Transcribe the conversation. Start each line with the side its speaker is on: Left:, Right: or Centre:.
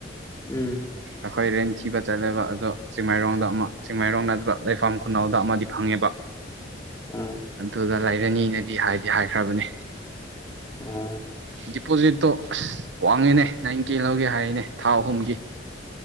Left: ꯎꯝ
Right: ꯑꯩꯈꯣꯏ ꯔꯦꯟ ꯊꯤꯕ ꯆꯠꯂꯦꯕ ꯑꯗꯣ ꯆꯤꯡꯃꯥꯏꯔꯣꯡꯗ ꯑꯃ ꯆꯤꯡꯃꯥꯏꯔꯣꯡ ꯅꯠꯇꯕ ꯂꯩꯐꯝ ꯈꯨꯅꯥꯎꯗ ꯑꯃꯗꯤ ꯐꯪꯉꯦꯕ
Left: ꯑꯥ
Right: ꯑꯗꯨꯗ ꯂꯩꯔꯅꯤꯅꯗꯤ ꯍꯥꯏꯗꯤ ꯍꯥꯏꯈ꯭ꯔꯕꯅꯤ
Left: ꯑꯥ
Right: ꯗꯤꯄꯣꯖꯤꯠ ꯑꯁ ꯋꯥꯡꯉꯦꯅꯦ ꯅꯪ ꯀꯦ ꯂꯧꯒꯦ ꯍꯥꯏꯔꯤꯅꯦ ꯊꯥ ꯑꯍꯨꯝꯒꯤ